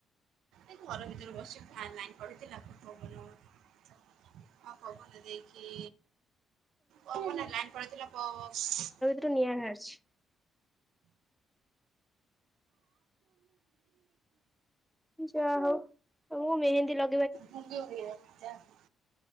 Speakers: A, on the right; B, in the centre.
A: ଏ ଘର ଭିତରେ ବସିଚି ଫ୍ୟାନ ଲାଇନ ପଳେଇ ଥିଲା ତ ପବନ ହଉ <inaudible> ହଁ ପବନ ଦେଇକି ପବନ ଲାଇନ ପଳେଇଥିଲା ପ ସ।
B: ଟୁ ନିଆଁ ବାହାରୁଛି। ଯାହା ହଉ ତମକୁ ମେହେନ୍ଦୀ ଲ
A: ମେହେନ୍ଦି ପକେଇବ ଯା ହୁ।